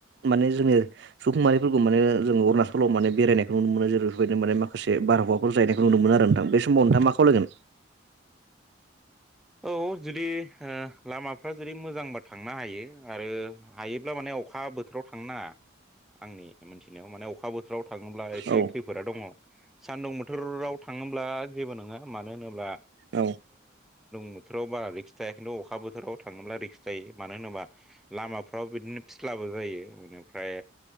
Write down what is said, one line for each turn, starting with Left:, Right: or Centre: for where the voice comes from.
Right: माने जोंङोनि सुबुंमारिफोरखौ माने जोंङो अरुणचलाव माने बेरायनायखौ नुनो मोन जेर बेबायदि मान मासे बारहावाफोर जायनायखौ नुनो मोन आरो नोंथ बे समाव नोंथां मा खावलायगोन।
Centre: औ जुदि लामाफ्रा जेरै मोजांबा थांनो हायो आरो हायोब्ला माने अखा बोथोराव थांनो नांङा। आंनि मोनथिनायाव माने अखा बोथोराव थांब्ला एसे
Right: औ
Centre: खैफोदा दंङो सान्दुं बोथोराव थांङोब्ला जेबो नंङा मानो होनोब्ला।
Right: औ
Centre: थोराव बारा रिक्स थाया किनथु अखा बोथोराव थांब्ला रिक्स थायो होनोब्ला लामाफोरा बिदिनो फिस्ला जायो बेनिफ्राय